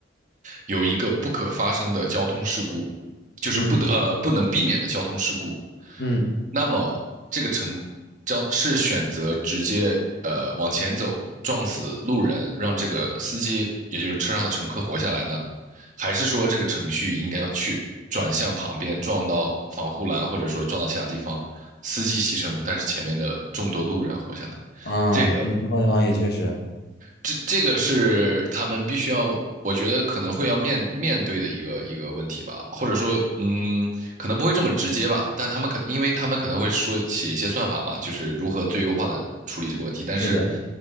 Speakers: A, on the right; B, on the left.
A: 有一个不可发生的交通事故，就是不得呃不能避免的交通事故，
B: 嗯嗯
A: 那么这个成将是选择直接呃往前走撞死路人，让这个司机也就是车上的乘客活下来呢，还是说这个程序应该去转向旁边撞到防护栏，或者说撞到其他地方，司机牺牲，但是前面的众多路人活下来？
B: 啊，
A: 这个
B: 你这个地方也确实
A: 这这个是他们必须要，我觉得可能会要面面对的一个一个问题吧，或者说，嗯，可能不会这么直接吧，但他们可，因为他们可能会说写一些算法嘛，就是如何最优化的处理这个问题。但是
B: 是的。